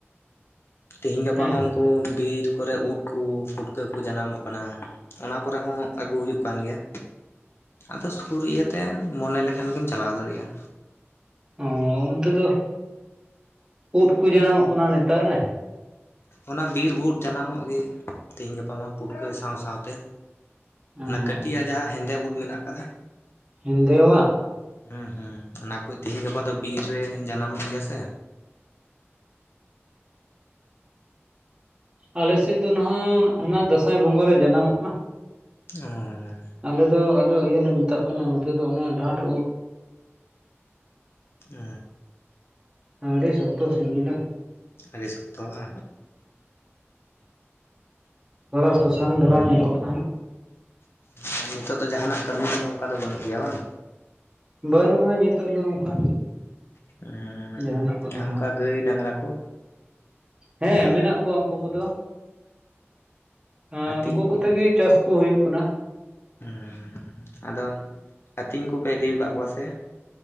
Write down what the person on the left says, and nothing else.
ᱛᱮᱦᱮᱧ ᱜᱟᱯᱟ
ᱦᱚᱸ ᱩᱱᱠᱩ ᱵᱤᱨ ᱠᱚᱨᱮ ᱩᱫᱽ ᱩᱫᱽ ᱠᱚ ᱯᱩᱴᱠᱟᱹ ᱠᱚ ᱡᱟᱱᱟᱢᱚᱜ ᱠᱟᱱᱟ ᱚᱱᱟ ᱠᱚᱨᱮ ᱦᱚᱸ ᱟᱹᱜᱩ ᱦᱩᱭᱩᱜ ᱠᱟᱱ ᱜᱮᱭᱟ᱾ ᱟᱫᱚ ᱥᱩᱨ ᱤᱭᱟᱹᱛᱮ ᱢᱚᱱᱮ ᱞᱮᱠᱷᱟᱱ ᱜᱮᱢ ᱪᱟᱞᱟᱣ ᱫᱟᱲᱮᱭᱟᱜᱼᱟ᱾
ᱚᱱᱟ ᱵᱤᱨ ᱩᱫ ᱡᱟᱱᱟᱢᱚᱜ ᱜᱮ ᱛᱮᱦᱤᱧ ᱜᱟᱯᱟ ᱯᱩᱴᱠᱟᱹ ᱥᱟᱶ ᱥᱟᱶᱛᱮ
ᱚᱱᱟ ᱠᱟᱹᱴᱤᱡᱟᱜ ᱡᱟᱦᱟᱸ ᱦᱮᱸᱫᱮ ᱩᱫ ᱢᱮᱱᱟᱜ ᱟᱠᱟᱫᱟ
ᱦᱮᱸ ᱦᱩᱸ ᱚᱱᱟ ᱠᱚ ᱛᱮᱤᱦᱤᱧ ᱜᱟᱯᱟ ᱫᱚ ᱵᱤᱨ ᱨᱮ ᱡᱟᱱᱟᱢᱚᱜ ᱜᱮᱭᱟ ᱥᱮ?
ᱚᱸᱻ᱾
ᱚ
ᱟᱹᱰᱤ ᱥᱚᱠᱛᱚ ᱵᱟ
ᱦᱮᱸ ᱟᱨ ᱱᱤᱛᱚᱜ ᱫᱚ ᱡᱟᱦᱟᱱᱟᱜ ᱠᱟᱹᱢᱤ ᱠᱚᱫᱚ ᱚᱱᱠᱟ ᱫᱚ ᱵᱟᱹᱱᱩᱜ ᱜᱮᱭᱟ ᱵᱟᱝ
ᱮᱻ
ᱟᱨ ᱚᱱᱠᱟ
ᱜᱟᱹᱭ ᱰᱟᱝᱨᱟ ᱠᱚ
ᱟᱹᱛᱤᱧ
ᱦᱩᱻᱸ ᱟᱫᱚ ᱟᱹᱛᱤᱧ ᱠᱚᱯᱮ ᱤᱫᱤᱠᱟᱫ ᱠᱚᱣᱟ ᱥᱮ